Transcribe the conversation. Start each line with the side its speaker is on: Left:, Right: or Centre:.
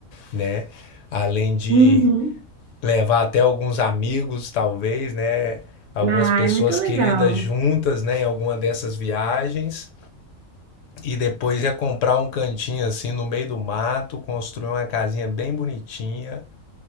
Left: né? Além de
Right: uhum.
Left: levar até alguns amigos, talvez, né? Algumas
Right: Ah,
Left: pessoas
Right: é muito legal.
Left: queridas juntas, né? Em alguma dessas viagens. E depois ia comprar um cantinho assim no meio do mato, construir uma casinha bem bonitinha.